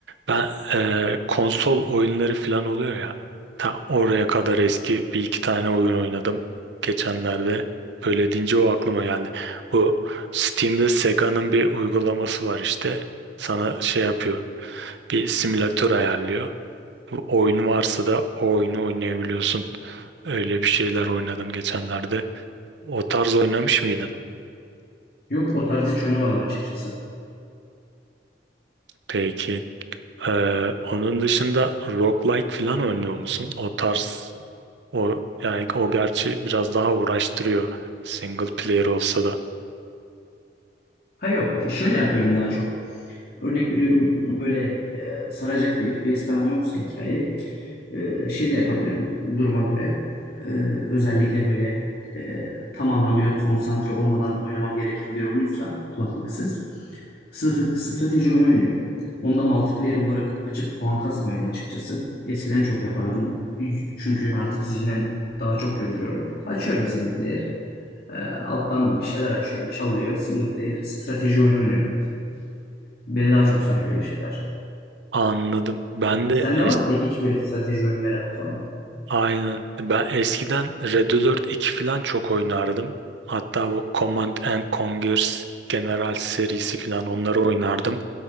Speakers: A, on the right; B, on the left.
A: Ben e, konsol oyunları filan oluyor ya. Ta oraya kadar eski bir iki tane oyun oynadım geçenlerde. Böyle deyince o aklıma geldi. Bu Steam'de Sega'nın bir uygulaması var işte. Sana şey yapıyor. Bir simülatör ayarlıyor. Bu oyunu varsa da o oyunu oynayabiliyorsun. Öyle bir şeyler oynadım geçenlerde. O tarz oynamış mıydın?
B: Yok o tarz hiç oynamadım açıkçası.
A: Peki. Ee, onun dışında roguelike falan oynuyor musun? O tarz o yani o gerçi biraz daha uğraştırıyor single player olsa da.
B: Ha yok şöyle yapıyorum daha çok. Örnek veriyorum böyle e, saracak bir FPS falan yoksa hikaye e, şey de yapabiliyorum duruma göre. E, özellikle böyle e, tam anlamıyla konsantre olmadan oynamam gereken bir oyunsa kulaklıksız stra- strateji oyunu oynuyorum. Onda multiplayer olarak açıp puan kasmıyorum açıkçası. Eskiden çok yapardım. Çünkü artık zihnen daha çok yoruluyorum. Açıyorum single player. E, alttan bir şeyler açıyorum. Çalıyor. Single player strateji oyunu oynuyorum. Beni daha çok sarıyor öyle şeyler.
A: Anladım. Ben de
B: Sende
A: es-
B: var mı peki hiç böyle strateji oyun merakı falan?
A: aynen. Ben eskiden Red Alert 2 falan çok oynardım. Hatta bu Command and Conquer General serisi falan onları oynardım.